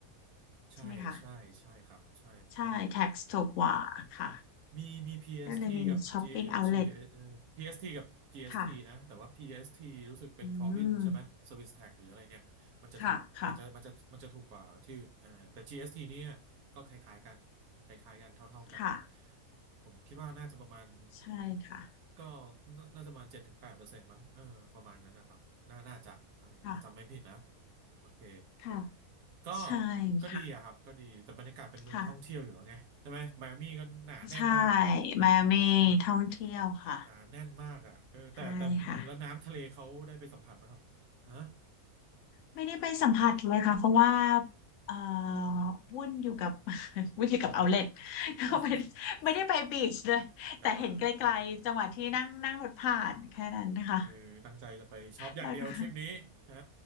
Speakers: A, on the right; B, on the left.
A: ใช่ใช่ใช่ครับใช่ฉัน
B: ใช่ไหมคะใช่แท็กซ์ถูกกว่าค่ะ
A: มีมี PST
B: ก็เลยมีช้อปปิ้งเอาเล
A: กับ G G เอ่อ s t กับ GST
B: ค่ะ
A: นะแต่ว่า PST รู้สึกเป็น
B: อื
A: province
B: ม
A: ใช่ไหม Service Tax หรืออะไรเนี่ย มันจะถูกมันจะมันจะมันจะถูกกว่าที่อื่นอ่าแต่
B: ค่ะค่ะ
A: GST เอสทีเนี่ยก็คล้ายๆกันคล้ายๆกันเท่าๆกัน
B: ค่ะ
A: ผมคิดว่าน่าจะประมาณ
B: ใช่ค่ะ
A: ก็น่าน่าจะประมาณเจ็ดถึงแปดเปอร์เซ็นต์มั้งเออประมาณนั้นนะครับน่าน่าจะเออถ้าจำไม่ผิดนะ
B: ค่ะ
A: โอเค
B: ค่ะ
A: ก็
B: ใช่
A: ก็ดีอะครับก็ดีแต่บรรยากาศเป็นเมืองท่องเที่ยวอยู่แล้วไงใช่ไหมไมอามี่ก็หนาแน่นมากอะ
B: ค่ะ ค่ะใช่มาเมท่องเที่ยวค่ะ
A: หนาแน่นมากอะเออแต่แต่แล้วน้ำทะเลเขาได้ไปสัมผัสไหมครับฮะ
B: ใช่ค่ะ ไม่ได้ไปสัมผัสเลยค่ะ เพราะว่าเอ่อวุ่นอยู่กับ <laughs> วุ่นอยู่กับเอาเล็ต <laughs>
A: <laughs>
B: ก็ไม่ไม่ได้ไปบีชเลยแต่เห็นไกลๆจังหวะที่นั่งนั่งรถผ่านแค่นั้นนะคะ
A: กะว่า <laughs> เออคือตั้งใจจะไปช็อปอย่างเดียวทริปนี้ฮะ
B: แล้วก็